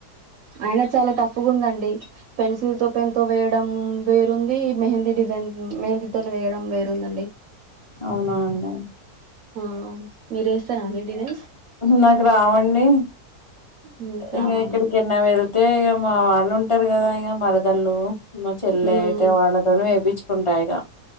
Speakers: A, on the right; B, on the left.
A: అయినా చాలా టఫ్ గా ఉందండి పెన్సిల్ త పెన్తో వేయడం వేరుంది మెహందీ డిజైన్ మెహందీతో వేయడం వేరుందండి
B: అవునా అండి
A: ఆ మీరు వేస్తారండి డిజైన్స్
B: నాకు రావండి
A: ఉమ్ రావా
B: ఇంకా ఎక్కడికైనా
A: అండి
B: వెల్ అయితే ఇగ మా వాళ్ళు ఉంటారు కదా ఇక మరదల్లు మా చెల్లె
A: ఉమ్
B: అయితే వాళ్ళతోనే వేపించు ఉంట ఇగా